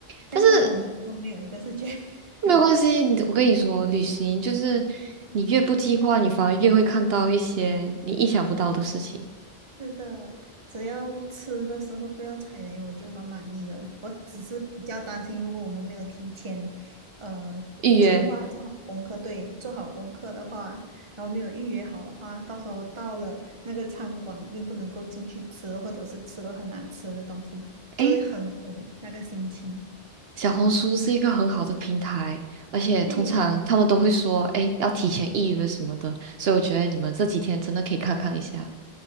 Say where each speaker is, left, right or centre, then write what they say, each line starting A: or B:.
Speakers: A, on the right; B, on the right.
A: 这样看来我们之中没有一个是
B: 但是
A: J
B: 没有关系，
A: 人
B: 你我跟你说，旅行就是你越不计划，你反而越会看到一些你意想不到的事情。
A: 是的，只要吃的时候不要踩雷，我就很满意了。我只是比较担心，如果我们没有提前，呃，
B: 预约，
A: 计划做好功课，对，做好功课的话，然后没有预约好的话，到时候到了那个餐馆又不能够进去吃，或者是吃了很难吃的东西，就会很毁那个心情。
B: 诶，小红书是一个很好的平台，而且通常他们都会说，
A: 对，
B: 诶，要提前预约什么的，所以我觉得你们这几天真的可以看看一下。
A: 对，